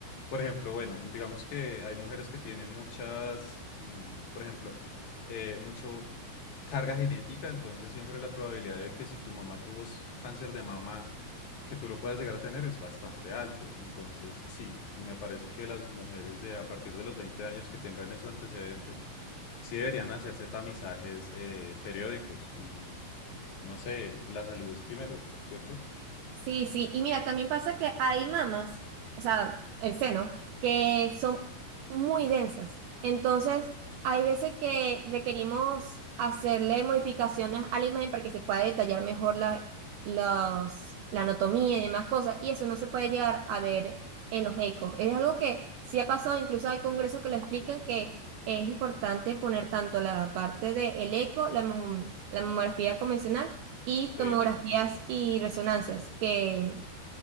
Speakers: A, on the left (about 60°); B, on the right (about 80°).
A: Por ejemplo, bueno, digamos que hay mujeres que tienen muchas, mm, por ejemplo, eh, mucho carga genética, entonces siempre la probabilidad de que si tu mamá tuvo s- cáncer de mama, que tú lo puedas llegar a tener es bastante alto. Entonces, sí, me parece que las mujeres de a partir de los 20 años que tengan esos antecedentes, sí deberían hacerse tamizajes eh, periódicos y, no sé, la salud es primero, ¿cierto?
B: Sí, sí, y mira, también pasa que hay mamas, o sea, el seno, que son muy densas. Entonces, hay veces que requerimos hacerle modificaciones a la imagen para que se pueda detallar mejor la, los- la anatomía y demás cosas, y eso no se puede llegar a ver en los ecos. Es algo que sí ha pasado, incluso hay congresos que lo explican que es importante poner tanto la parte del eco, la, mom- la mamografía convencional, y
A: Sí,
B: tomografías y resonancias, que